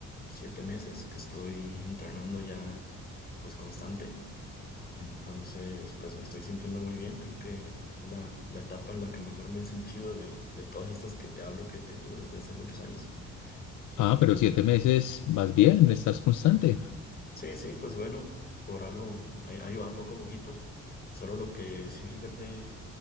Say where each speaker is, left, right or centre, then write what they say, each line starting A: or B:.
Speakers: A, on the left; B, on the left.
A: siete meses que estoy entrenando ya pues constante. Entonces, pues me estoy sintiendo muy bien. Creo que es la, la etapa en la que mejor me he sentido de, de todas estas que te hablo que he tenido desde hace muchos años. Y
B: Ah, pero siete meses vas bien, estás constante.
A: sí, sí, pues bueno, por algo ahí, ahí va poco a poquito. Solo lo que sí, fíjate